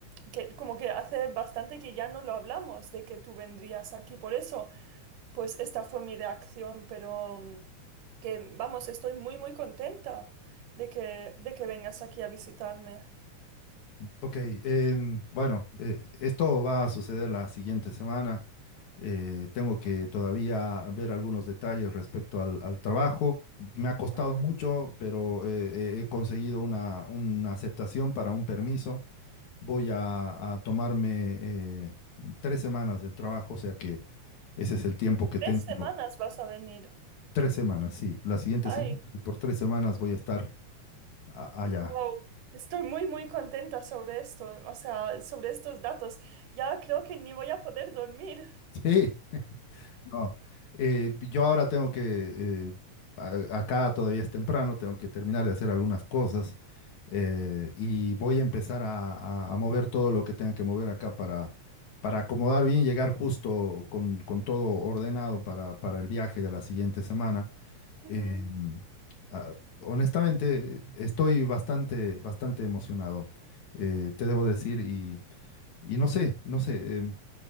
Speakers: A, on the right; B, on the left.
A: que como que hace bastante que ya no lo hablamos de que tú vendrías aquí. Por eso, pues esta fue mi reacción, pero mm, que vamos, estoy muy muy contenta de que de que vengas aquí a visitarme.
B: Ok, em, bueno, eh, esto va a suceder la siguiente semana. Eh, tengo que todavía ver algunos detalles respecto al, al trabajo. Me ha costado
A: Ujú.
B: mucho, pero eh, eh, he conseguido una, una aceptación para un permiso. Voy a, a tomarme eh, tres semanas del trabajo, o sea que ese es el tiempo que tengo.
A: Tres semanas vas a venir.
B: Tres semanas, sí. La siguiente
A: Ay,
B: semana y por tres semanas voy a estar a- allá.
A: wow. Estoy muy, muy contenta sobre esto, o sea, sobre estos datos. Ya creo que ni voy a poder dormir.
B: Sí. No, eh, yo ahora tengo que, eh, a- acá todavía es temprano, tengo que terminar de hacer algunas cosas eh, y voy a empezar a, a- a mover todo lo que tenga que mover acá para, para acomodar bien, llegar justo con, con todo ordenado para, para el viaje de la siguiente semana.
A: Ujú.
B: Em, ah, honestamente, estoy bastante, bastante emocionado, eh, te debo decir, y, y no sé, no sé. em,